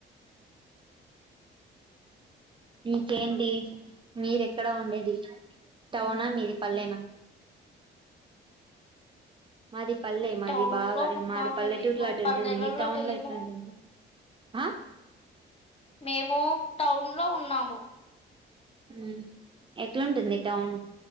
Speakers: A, on the right; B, on the left.
A: ఇంకేంటి మీరూ ఎక్కడ ఉండేది టౌనా మీది పల్లెన మాది పల్లె మాది
B: టౌన్
A: బాగా
B: లో ఉన్నాము
A: మాది పల్లెటూర్
B: మేము
A: లో అటు
B: పల్లెలలో
A: ఉంటుంది మీ టౌన్
B: లేము
A: లో ఎట్ల ఉంటుంది ఆ
B: మేము టౌన్ లొ ఉన్నాము
A: హు ఎట్లుంటుంది టౌన్